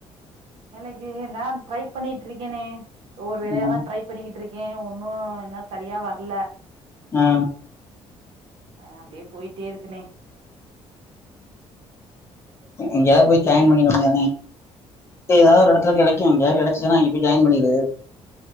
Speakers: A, on the right (about 60°); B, on the left (about 25°).
A: இதே நான் ட்ரை பண்ணிட்டு இருக்கேனே ஒரு வேலையா
B: ம்.
A: தான் ட்ரை பண்ணிட்டு இரு ஏன் ஒன்னும் என்ன சரியா வரல
B: ஆஹ்
A: ஆஹ் அப்படியே போயிட்டே இருக்குனே
B: எங்கயாவது போய் ஜாயின் பணிக்க வேண்டியதானே ஏதாவது ஒரு இடத்த துலா கிடைக்குமில்ல கெடச்ச நான் ஜய்ன் பணிகிறது